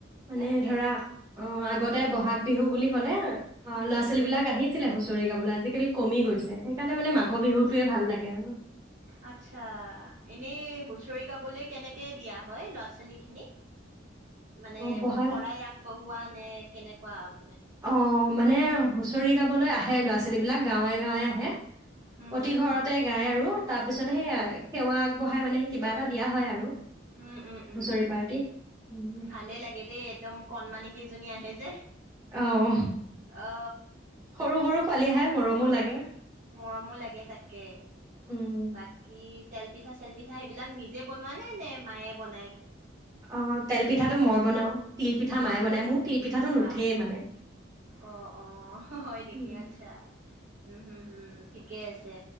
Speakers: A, on the right; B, on the right.
A: মানে
B: তাকে
A: ধৰা অ ',
B: হুম
A: আগতে
B: হুম
A: বহাগ বিহু বুলি ক'লে অ',
B: হুম
A: ল'ৰা-
B: হুম
A: ছোৱালী বিলাক আহিছিলে, হুঁচৰি গাবলৈ আজিকালি, কমি গৈছে। সেইকাৰণে মানে মাঘৰ
B: কমি
A: বিহুটোৱে
B: গৈছে
A: ভাল লাগে আৰু
B: আচ্ছা এনেই হুচৰি গাবলে কেনেকে, কে দিয়া হয় ল'ৰা- ছোৱালী খিনিক, মানে,
A: অ' বহাগ
B: শৰাই আগবঢ়ো, হোৱা নে কেনেকুৱা, -
A: অ', মানে হুঁচৰি গাবলৈ আহে ল'ৰা-ছোৱালী বিলাক গাঁৱে-গাঁৱে
B: উম
A: আহে।
B: হুম উম
A: প্ৰতি
B: হুম
A: ঘৰতে গাই আৰু, তাৰ পিছতে
B: উম
A: সেয়াই সেৱা আগবঢ়াই মানে কিবা এটা দিয়া হয়, হয়, আৰু
B: উম ', -উম ', -উম,
A: হুঁচৰি পাৰ্টিক উম,
B: ' ভালেই লাগে দেই একদম কণমানি কেইজন, জনী আহে যে,
A: অ',
B: অ
A: সৰু-সৰু পোৱালি
B: আচ্ছা
A: আহে মৰমো লাগে।
B: মৰমো লাগে তাকে,
A: উম,
B: বাকী, - তেল- পিঠা, চেল -পিঠা সেইবিলাক নিজে বনোৱা নে, নে মায়ে বনাই,?
A: অ' তেল পিঠাটো মই বনাও, তিল -পিঠা মায়ে বনাই মোৰ। তিল পিঠাটো
B: বা,
A: নুঠেই মানে
B: অ', -অ', হয় নেকি?
A: উম,
B: আচ্ছা, হম- হম- হম। ঠিকেই আছে।